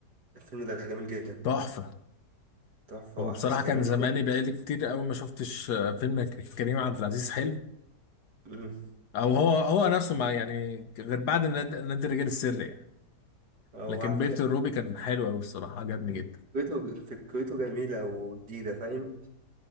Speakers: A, on the right (about 75°); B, on the left (about 75°).
A: الفيلم ده جميل جدا
B: تحفة
A: تحفة
B: هو
A: وأحداثه
B: بصراحة كان
A: جميلة
B: زماني
A: أوي
B: بقالي كتير قوي ما شفتش آه، فيلم ك- كريم عبد العزيز حلو
A: مم.
B: او هو هو نفسه ما يعني غير بعد الناد- نادي الرجال السري يعني
A: هو
B: لكن
A: على
B: بيت
A: فكرة
B: الروبي كان حلو قوي الصراحة عجبني جدا
A: فكرته فكرته جميلة وجديدة فاهم